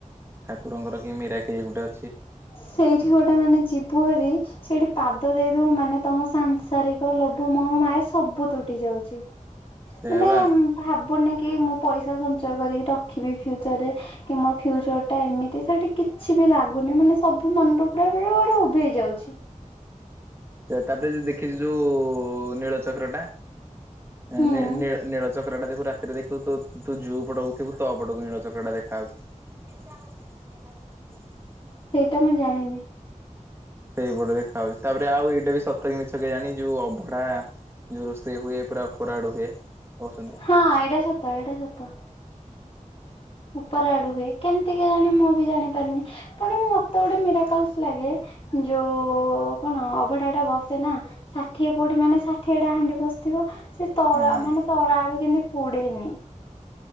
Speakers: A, on the right; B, on the left.
A: ଠାକୁରଙ୍କର କି ମିରାକିଲ ଗୁଟେ
B: ସେଇଠି ଗୋଟେ ମାନେ ଯିବୁ ହେରି, ସେଇଠି ପାଦ ଦେଇଦବୁ ମାନେ ତମ ସାଂସାରିକ ଲୋଭ ମୋହ ମାୟା ସବୁ ତୁଟି ଯାଉଛି।
A: ସେଇଆ
B: ମାନେ
A: ବା।
B: ଭାବୁନି କି ମୁଁ ପଇସା ସଞ୍ଚୟ କରିକି ରଖିବି ଫ୍ୟୁଚରରେ କି ମୋ ଫ୍ୟୁଚର ଟା ଏମିତି ସେଠି କିଛି ବି ଲାଗ ଗୁନିମାନେ ସବୁ ମନରୁ <unintelligible> ଉଭେଇ ଯାଉଛି।
A: ତାପରେ ଯୋଉ ଦେଖିଛୁ ଯୋଉ ନୀଳଚକ୍ର ଟା?
B: ହୁଁ
A: ନୀ ନୀ ନୀଳ ଚକ୍ରଟା ଦେଖୁ ରାତିରେ ଦେଖିବୁ, ତୁ ତୁ ଯୋଉ ପଟକୁ ଥିବୁ ତ ପଟକୁ ନୀଳଚକ୍ରଟା ଦେଖାଆଉଛି। <unintelligible>
B: ତ ମୁଁ ଜାଣିନି।
A: ସେଇପଟେ ଦେଖାଯାଚି, ତାପରେ ଆଉ ଏଇଟା ବି ସତ କି ମିଛ କେଜାଣି ଯୋଉ ଅଭଡ଼ା ଯୋଉ ରୋଷେଇ ହୁଏ ପୁରା <unintelligible> ହୁଏ। କହୁଛନ୍ତି
B: ହଁ ଏଇଟା ସତ ଏଇଟା ସତ। ଉପର ଆଡ଼ୁ ହୁଏ। କେମିତି କେଜାଣି ମୁଁ ବି ଜାଣି ପାରିନି। ପୁଣି ମତେ ଗୋଟେ ମିରାକଲସ ଲାଗେ। ଯୋଉ କଣ ଅଭଡ଼ାଟା ବସେନା, ଷାଠିଏ ପଉଟି ମାନେ ଷାଠିଏଟା ହାଣ୍ଡି ବଶିଥିବ। ସେ ତଳା
A: ହଁ
B: ମାନେ ତଳା ଆଡ଼ୁ କେମତି ପୁଡ଼େନି।